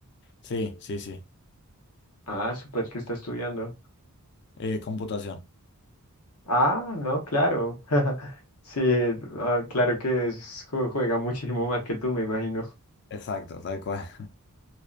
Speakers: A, on the left (about 50°); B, on the left (about 80°).
A: Sí, sí, sí.
B: Ah, súper que está estudiando.
A: Eh, computación.
B: Ah, no, claro. <laughs> Sí, ah, claro que es- ju- juega muchísimo más que tú, me imagino.
A: Exacto, tal cual. <laughs>